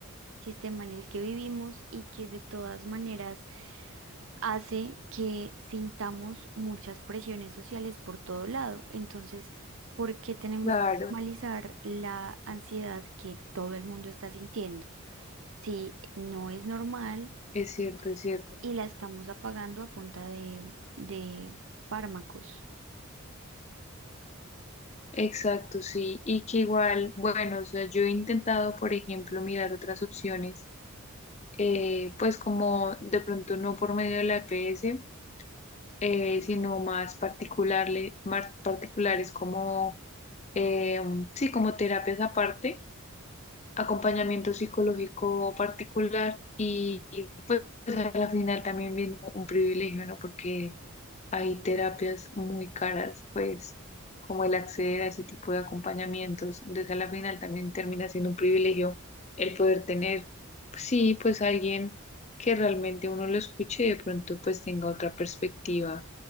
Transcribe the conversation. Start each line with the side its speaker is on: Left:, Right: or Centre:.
Right: sistema en el que vivimos y que de todas maneras hace que sintamos muchas presiones sociales por todo lado. Entonces, ¿por qué tenemos
Left: claro,
Right: que normalizar la ansiedad que todo el mundo está sintiendo? Si no es normal
Left: es cierto, es cierto.
Right: y la estamos apagando a punta de, de fármacos.
Left: Exacto, sí. Y que igual, bueno, o sea, yo he intentado, por ejemplo, mirar otras opciones, eh, pues como de pronto no por medio de la EPS, eh, sino más particularle- más particulares como, eh, sí, como terapias aparte, acompañamiento psicológico particular y, y, pues a la final también viene un privilegio, ¿no? Porque hay terapias muy caras, pues como el acceder a ese tipo de acompañamientos, entonces a la final también termina siendo un privilegio el poder tener, pues, sí, pues alguien que realmente uno lo escuche y de pronto pues tenga otra perspectiva